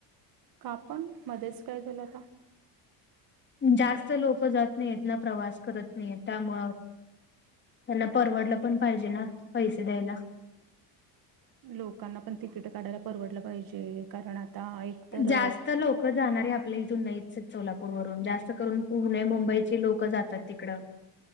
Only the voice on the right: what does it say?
का पण मध्येच काय झालं आता
लोकांना पण तिकिट काढायला परवडलं पाहिजे कारण आता एक तर